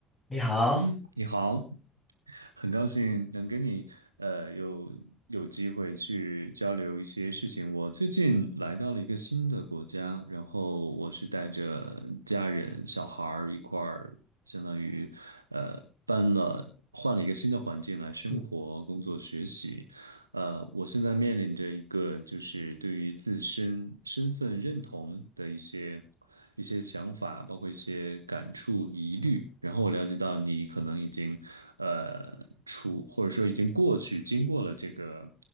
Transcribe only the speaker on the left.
你好，
嗯